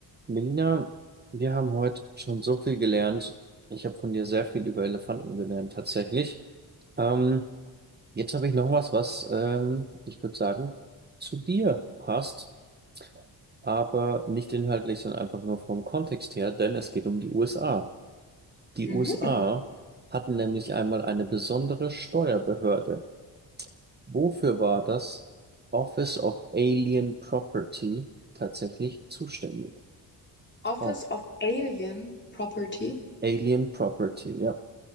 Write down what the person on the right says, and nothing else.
Melina, wir haben heute schon so viel gelernt. Ich habe von dir sehr viel über Elefanten gelernt, tatsächlich. Ähm, jetzt habe ich noch was, was ähm, ich würde sagen, zu dir passt, aber nicht inhaltlich, sondern einfach nur vom Kontext her, denn es geht um die USA. Die
USA hatten nämlich einmal eine besondere Steuerbehörde. Wofür war das Office of Alien Property tatsächlich zuständig?
Auf
Alien Property, ja.